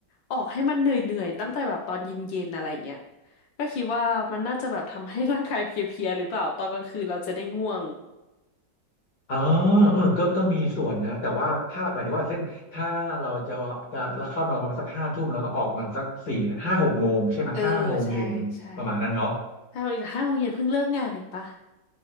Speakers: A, on the left; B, on the left.
A: ออกให้มันเหนื่อยๆตั้งแต่แบบตอนเย็นๆอะไรเงี้ยก็คิดว่ามันน่าจะแบบทำให้ร่างกายเพลียๆหรือเปล่าตอนกลางคืนเราจะได้ง่วง
B: อ๋อ
A: อื
B: เออก็ก็มีส่วนนะแต่ว่าถ้าหมายถึงว่าเส้นถ้าเราจะจะเข้านอนประมาณสักห้าทุ่มเราต้องออกประมาณสักสี่ห้าหกโมงใช่ไหมห้าโมงเย็นประมาณนั้นเนาะ
A: มเออใช่ใช่ห้าโมงห้าโมงเย็นเพิ่งเลิกงานเองปะ